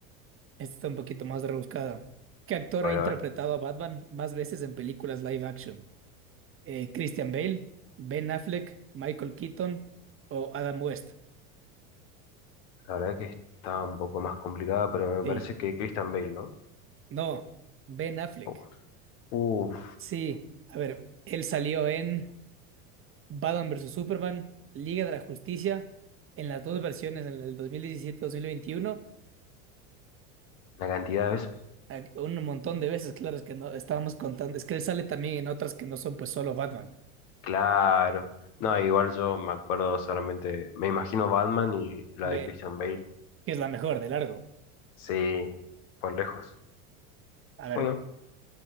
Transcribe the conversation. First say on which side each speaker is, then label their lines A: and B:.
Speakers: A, on the right; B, on the left.
A: esta está un poquito más rebuscada. ¿Qué actor
B: A
A: ha
B: ver,
A: interpretado
B: a ver.
A: a Batman más veces en películas live action? Eh, ¿Christian Bale, Ben Affleck, Michael Keaton o Adam West?
B: La verdad que está un poco más complicada, pero me
A: Sí,
B: parece que Christian Bale, ¿no?
A: no, Ben Affleck.
B: Oh. Uf,
A: Sí, a ver, él salió en Batman vs. Superman, Liga de la Justicia, en las dos versiones, en el dos dos mil diecisiete mil veintiuno.
B: la cantidad de veces.
A: a- un montón de veces, claro, es que no estábamos contando. Es que él sale también en otras que no son pues solo Batman.
B: Claro. No, igual yo me acuerdo solamente, me imagino Batman y la
A: Ve,
B: de Christian Bale.
A: que es la mejor de largo.
B: Sí, por lejos.
A: A ver,
B: Bueno,